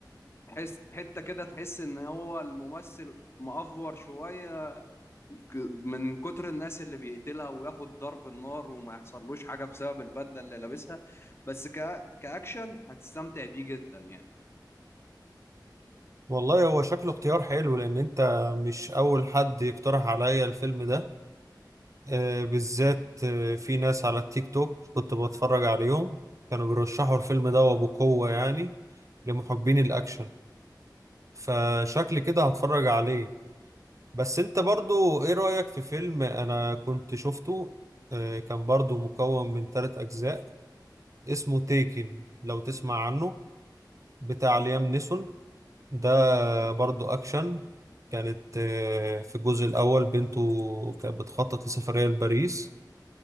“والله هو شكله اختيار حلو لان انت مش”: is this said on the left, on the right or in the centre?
Right